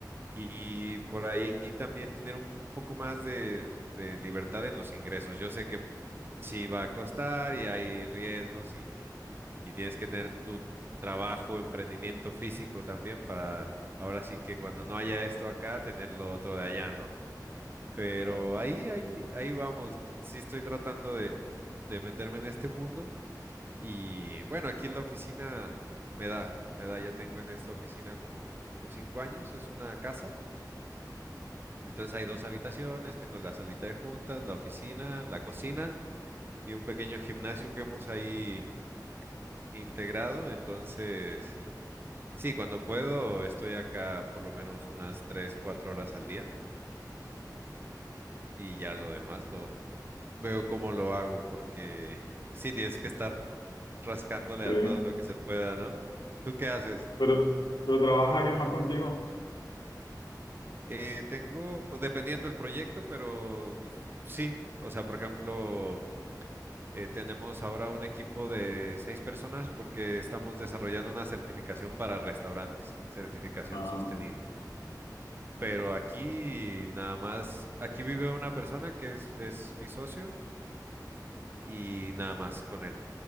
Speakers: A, on the right; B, on the left.
A: y por ahí también tener un poco más de, de libertad en los ingresos. Yo sé que sí va a costar y hay riesgos y, y tienes que tener tu trabajo, emprendimiento físico también para ahora sí que cuando no haya esto acá, tener lo otro de allá, ¿no? Pero
B: claro,
A: ahí, ahí, ahí vamos. Sí estoy tratando de, de meterme en este mundo. Y bueno, aquí en la oficina me da, me da, ya tengo en esta oficina como, como cinco años, es una casa. Entonces hay dos habitaciones, tengo la salita de juntas, la oficina, la cocina y un pequeño gimnasio que hemos ahí integrado. Entonces, sí, cuando puedo estoy acá por lo menos unas tres, cuatro horas al día y ya lo demás lo veo cómo lo hago porque sí, tienes que estar rascándole
B: sí.
A: a todo lo que se pueda, ¿no? ¿Tú qué haces?
B: Pero, pero ¿trabaja alguien más contigo?
A: Eh, tengo, dependiendo del proyecto, pero sí, o sea, por ejemplo, eh, tenemos ahora un equipo de seis personas porque estamos desarrollando una certificación para restaurantes, certificación
B: Ah,
A: sostenible. Pero aquí nada más, aquí vive una persona que es, es mi socio y nada más con él.